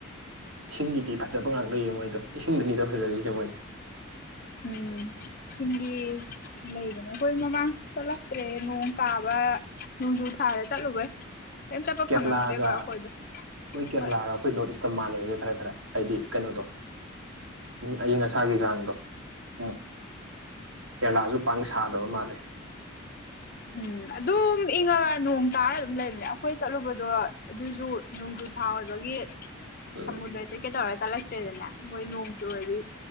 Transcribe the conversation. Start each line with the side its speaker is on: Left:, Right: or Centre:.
Right: ꯏꯁꯤꯡꯒꯤꯗꯤ ꯐꯖꯕ ꯉꯥꯛ ꯂꯩꯌꯦ ꯃꯣꯏꯗꯣ ꯏꯁꯤꯡꯗꯅꯤꯗ ꯐꯖꯔꯛꯏꯁꯦ ꯃꯣꯏꯁꯦ
Left: ꯎꯝ ꯁꯤꯡꯒꯤꯗꯤ ꯂꯩꯕꯅꯦ ꯑꯩꯈꯣꯏ ꯃꯃꯥꯡ ꯆꯠꯂꯛꯇ꯭ꯔꯦ ꯅꯣꯡ ꯇꯥꯕ ꯅꯣꯡꯖꯨ ꯊꯥꯔꯦ ꯆꯠꯂꯨꯕꯩ ꯀꯩꯝ ꯆꯠꯄ
Right: ꯀꯦꯔꯂꯥꯒ
Left: ꯐꯪꯉꯛꯇ꯭ꯔꯦꯕ ꯑꯩꯈꯣꯏꯗꯣ
Right: ꯃꯣꯏ ꯀꯦꯔꯂꯥꯒ
Left: ꯍꯣꯏ
Right: ꯑꯩꯈꯣꯏ ꯅꯣꯔꯠ ꯏꯁꯀ ꯃꯥꯟꯅꯩꯌꯦ ꯈꯔ ꯈꯔ ꯍꯥꯏꯗꯤ ꯀꯩꯅꯣꯗꯣꯪ ꯑꯏꯤꯡ ꯑꯁꯥꯒꯤ ꯆꯥꯡꯗꯣ ꯎꯝ ꯀꯦꯔꯂꯥꯁꯨ ꯄꯥꯡ ꯁꯥꯗꯕ ꯃꯥꯜꯂꯦ
Left: ꯎꯝ ꯑꯗꯨꯝ ꯏꯪꯉꯒ ꯅꯣꯡ ꯇꯥꯔ ꯑꯗꯨꯝ ꯂꯩꯕꯅꯦ ꯑꯩꯈꯣꯏ ꯆꯠꯂꯨꯕꯗꯣ ꯑꯗꯨꯁꯨ ꯊꯥ ꯑꯣꯏꯕꯒꯤ
Right: ꯎꯝ
Left: ꯁꯃꯨꯗ꯭ꯔꯁꯦ ꯀꯩꯗꯧꯔ ꯆꯠꯂꯛꯇ꯭ꯔꯦꯗꯅꯦ ꯃꯣꯏ ꯅꯣꯡ ꯆꯨꯔꯗꯤ